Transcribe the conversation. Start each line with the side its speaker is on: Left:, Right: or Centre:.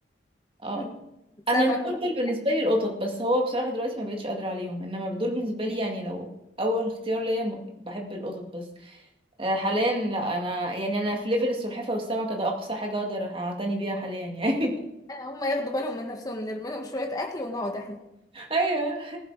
Right: اه
Left: <laughs> سمك
Right: انا المفضل
Left: و-
Right: بالنسبة لي القطط بس هو بصراحة دلوقتي ما بقتش قادرة عليهم انما دول بالنسبة لي يعني لو اول اختيار ليا م- بحب القطط بس آه، حاليا لا انا يعني انا في ليفل السلحفه والسمكه ده اقصى حاجه اقدر اعتني بيها حاليا يعني <laughs>
Left: آه، هم ياخدوا بالهم من نفسهم نرمي لهم شوية اكل ونقعد احنا
Right: ايوه